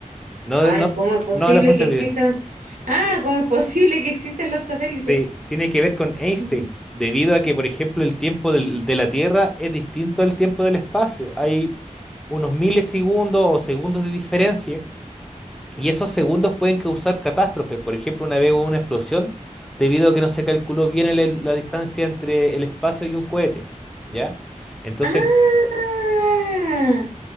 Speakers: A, in the centre; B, on the right (about 80°).
A: No,
B: Ay,
A: de- no,
B: ¿cómo es
A: no
B: posible
A: a la funcionalidad.
B: que existan? Ah,
A: Sí,
B: ¿cómo es posible que existan los satélites?
A: sí, tiene que ver con Einstein,
B: Mm.
A: debido a que, por ejemplo, el tiempo del- de la Tierra es distinto al tiempo del espacio. Hay unos milisegundos o segundos de diferencia, y esos segundos pueden causar catástrofes. Por ejemplo, una vez hubo una explosión debido a que no se calculó bien el- el- la distancia entre el espacio y un cohete. ¿Ya? Entonces,
B: Ah,